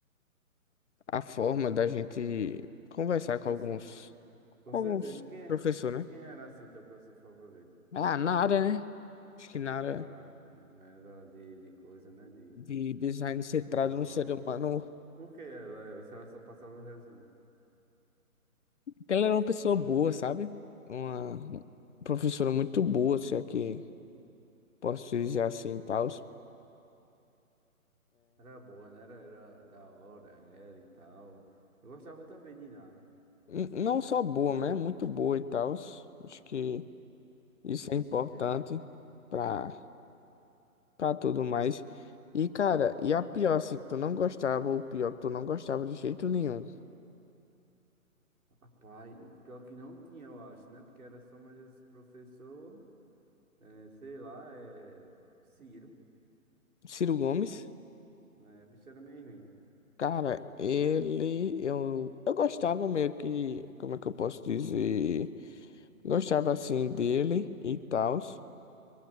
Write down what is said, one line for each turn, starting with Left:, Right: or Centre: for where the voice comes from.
Left: a forma da gente conversar com
Right: Com,
Left: alguns...
Right: c- com
Left: Com
Right: certeza.
Left: alguns
Right: E Quem, é-
Left: professores,
Right: e quem
Left: né?
Right: era assim teu professor favorito?
Left: Ah, Nara, né? Acho que Nara
Right: Não Era, não era de, de coisa, né? De
Left: de design centrado
Right: design.
Left: no ser humano.
Right: Por que ela era? Se ela só passava resumo.
Left: Porque Ela era uma pessoa boa, sabe? Uma professora muito boa, se é que posso dizer assim e tal.
Right: Era boa, né? Era, era da hora, era e tal. Eu gostava também de Nara.
Left: Não só boa, né? Muito boa e tal. Acho que isso
Right: Sim,
Left: é importante
Right: sim, entendi.
Left: pra, pra tudo mais. E, cara, e a pior, assim, que tu não gostava, ou pior que tu não gostava de jeito nenhum.
Right: Rapaz, pior que não tinha, eu acho, né? Porque era só mais esse professor. É, sei lá, é Ciro,
Left: Ciro Gomes.
Right: né? Bicho era meio ruim.
Left: Cara, ele, eu, eu gostava meio que, como é que eu posso dizer? Gostava assim dele e tal,